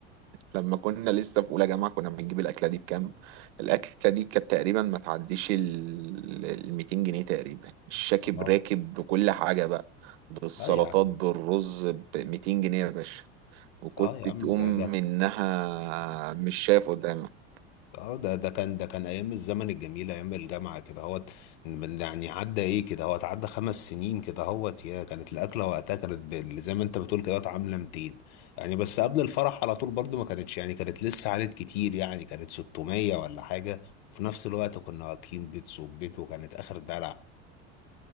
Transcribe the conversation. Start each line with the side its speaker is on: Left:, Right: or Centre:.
Right: لما كنا لسه في اولى جامعه كنا بنجيب الاكله دي بكام الاكله دي كانت تقريبا ما تعديش ال ال 200 جنيه تقريبا الشاكب
Left: اه
Right: راكب بكل حاجه بقى بالسلطات
Left: اه يا عم
Right: بالرز ب 200 جنيه يا باشا وكنت
Left: اه يا
Right: تقوم
Left: عم ده
Right: منها
Left: ده
Right: مش شايف قدامك
Left: اه ده ده كان ده كان ايام الزمن الجميل ايام الجامعه كده هوت من- يعني عدى ايه كده هوت عدى خمس سنين كده هوت يا كانت الاكله وقتها كانت بال- زي ما انت بتقول كده هوت عامله 200 يعني بس قبل الفرح على طول برضو ما كانتش يعني كانت لسه عالت كتير يعني كانت 600 ولا حاجه في نفس الوقت كنا واكلين بيت صوب بيت وكانت اخر دلع